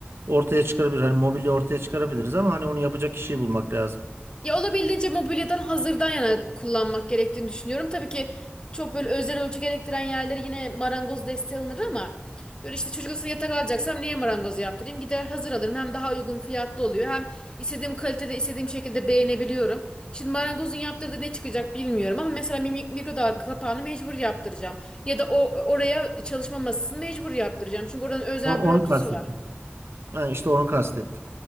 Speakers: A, on the right; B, on the left.
A: ortaya çıkarabilir. Hani mobilya ortaya çıkarabiliriz ama hani onu yapacak kişiyi bulmak lazım.
B: Ya olabildiğince mobilyadan hazırdan yana kullanmak gerektiğini düşünüyorum. Tabii ki çok böyle özel ölçü gerektiren yerleri yine marangoz desteği alınır ama böyle işte çocuk odasına yatak alacaksam niye marangozu yaptırayım? Gider hazır alırım. Hem daha uygun fiyatlı oluyor. Hem istediğim kalitede istediğim şekilde beğenebiliyorum. Şimdi marangozun yaptırdığı ne çıkacak bilmiyorum ama mesela mi- mikrodalga kapağını mecbur yaptıracağım. Ya da o oraya çalışma masasını mecbur yaptıracağım. Çünkü oranın özel
A: O- Onu
B: bir ölçüsü
A: kastettim.
B: var.
A: Yani işte onu kastettim.